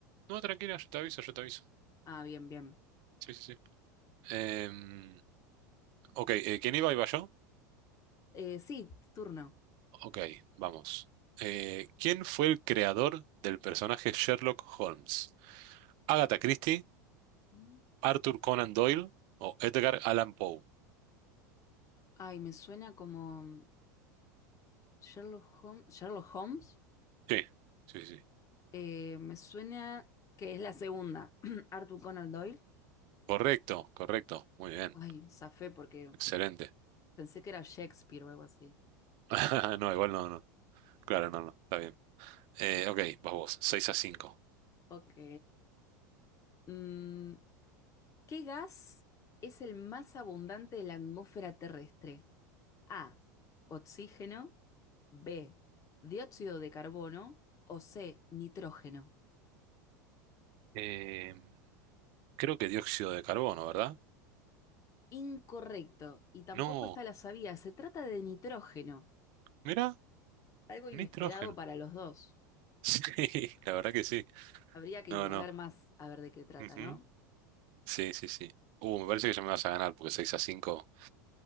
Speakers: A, on the right; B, on the left.
A: No, tranquila, yo te aviso, yo te aviso.
B: Ah, bien, bien.
A: Sí, sí, sí. Em, ok, eh, ¿quién iba? ¿Iba yo?
B: Eh, sí, turno.
A: Ok, vamos. Eh, ¿quién fue el creador del personaje Sherlock Holmes? ¿Agatha Christie,
B: Mm.
A: Arthur Conan Doyle o Edgar Allan Poe?
B: Ay, me suena como Sherlock Holmes. Sherlock Holmes.
A: Sí, sí, sí.
B: Eh, me suena que es la segunda. <clears throat> Arthur Conan Doyle.
A: Correcto, correcto. Muy bien.
B: Ay, zafé porque
A: Excelente.
B: pensé que era Shakespeare o algo así.
A: <laughs> No, igual no, no. Claro, no, no. Está bien. Eh, ok, vas vos. 6 a 5.
B: Ok. Mm, ¿Qué gas es el más abundante de la atmósfera terrestre? A. Oxígeno. B. Dióxido de carbono. O C. Nitrógeno.
A: Eh, creo que dióxido de carbono, ¿verdad?
B: Incorrecto, y tampoco
A: No.
B: está la sabía, se trata de nitrógeno,
A: Mira,
B: algo inesperado
A: nitrógeno.
B: para
A: <laughs>
B: los dos.
A: Sí, la verdad que sí.
B: Habría que
A: No,
B: indagar
A: no.
B: más a ver de qué trata,
A: Ujú.
B: ¿no?
A: Sí, sí, sí. Uh, me parece que ya me vas a ganar porque 6 a 5.